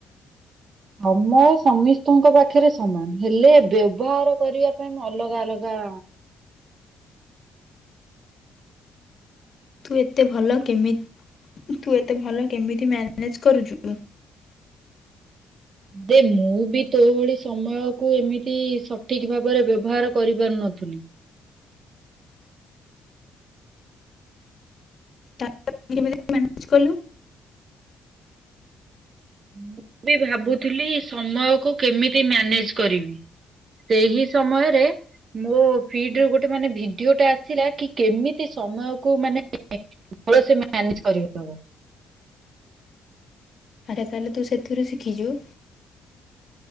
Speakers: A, on the right; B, on the left.
A: ସମ ସମସ୍ତିଙ୍କ ପାଖରେ ସମାନ ହେଲେ ବ୍ୟବହାର କରିବା ପାଇଁ ମୁଁ ଅଲଗାଅଲଗା
B: ତୁ ଏତେ ଭଲ କେମିତ୍ ତୁ ଏତେ ଭଲ କେମିତି ମ୍ୟାନେଜ୍ କରୁଛୁ?
A: ଦେ ମୁଁ ବି ତୋ ଭଳି ସମୟକୁ ଏମିତି ସଠିକ୍ ଭାବରେ ବ୍ୟବହାର କରିପାରୁ ନଥିଲି।
B: ତା କେମିତି ମ୍ୟାନେଜ୍ କଲୁ।
A: ମୁଁ ବି ଭାବୁଥିଲି ସମୟକୁ କେମିତି ମ୍ୟାନେଜ୍ କରିବି। ସେହି ସମୟରେ ମୋ ଫିଡ ରୁ ଗୋଟେ ମାନେ ଭିଡିଓ ଟା ଆସିଲା କି କେମିତି ସମୟକୁ ମାନେ ଭଲ ସେ ମ୍ୟାନେଜ କରି ହବ।
B: ଆଚ୍ଛା ତାହେଲେୁ ସେଥିରୁ ଶିଖିଛୁ।